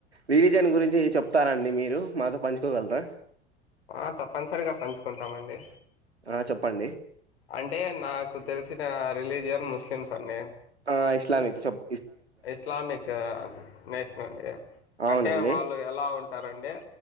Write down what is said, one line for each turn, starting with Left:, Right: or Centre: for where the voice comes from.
Right: వివిజన్ గురించి చెప్తారండి మీరు మాతో పంచుకోగలరా
Left: ఆ తప్పనిసరిగా పంచుకుంటామండి
Right: ఆ చెప్పండి
Left: అంటే నాకు తెలిసిన రిలీజియన్ ముస్లిమ్స్ అండి
Right: ఆ ఇస్లామక్ సబ్
Left: ఇస్లామిక్ నేషన్ అండి
Right: అవునండి
Left: అంటే వాళ్ళు ఎలా ఉంటారంటె